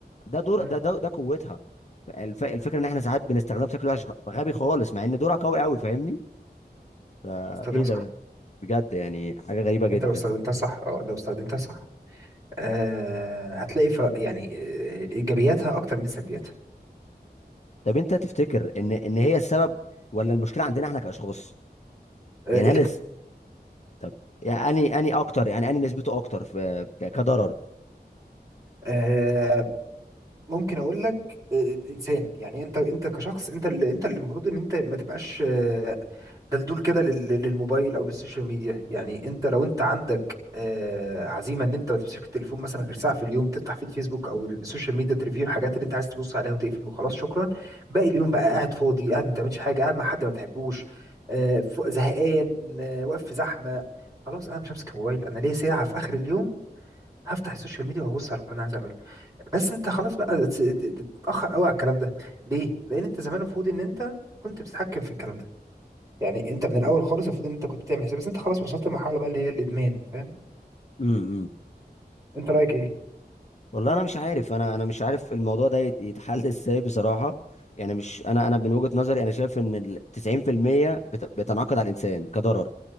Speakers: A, on the left; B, on the right.
A: ده دور
B: امم
A: ده ده, ده قوتها الف... الفكره ان احنا ساعات بنستخدمها بشكل وحش غبي خالص مع ان دورها قوي قوي فاهمني فايه
B: استخدمها صح
A: ده بقى بجد يعني حاجه غريبه جدا
B: انت لو استخدمتها صح اه لو استخدمتها صح آه هتلاقي ف... يعني آه، ايجابياتها اكتر من سلبياتها
A: طب انت تفتكر ان ان هي السبب ولا المشكله عندنا احنا كاشخاص
B: آه
A: يعني هل الس- طب يعني اني اني اكتر يعني اني نسبته اكتر في ك- كضرر
B: الاثنين ممكن اقول لك آه، انسان يعني انت انت كشخص انت اللي انت اللي المفروض ان انت ما تبقاش آه، دلدول كده لل- للموبايل او للسوشيال ميديا يعني انت لو انت عندك آه، عزيمه ان انت ما تمسكش التليفون مثلا غير ساعه في اليوم تفتح فيه الفيسبوك او السوشيال ميديا تريفيو الحاجات اللي انت عايز تبص عليها وتقفل وخلاص شكرا باقي اليوم بقى قاعد فاضي قاعد ما بتعملش حاجه قاعد مع حد ما بتحبوش آه، ف- زهقان آه، واقف في زحمه خلاص انا مش همسك الموبايل انا ليا ساعه في اخر اليوم هفتح السوشيال ميديا وهبص على اللي انا عايز اعمله بس انت خلاص بقى تس- تتاخر قوي على الكلام ده ليه لان انت زمان المفروض ان انت كنت بتتحكم في الكلام ده يعني انت من الاول خالص المفروض ان انت كنت تعمل حساب بس انت خلاص وصلت لمرحله بقى اللي هي الادمان فاهم
A: امم
B: انت رايك ايه
A: والله انا مش عارف انا انا مش عارف الموضوع ده يت- يتحل <laughs> ازاي بصراحه يعني مش انا انا من وجهه نظري انا شايف ان ال 90% بت- بتنعقد على الانسان كضرر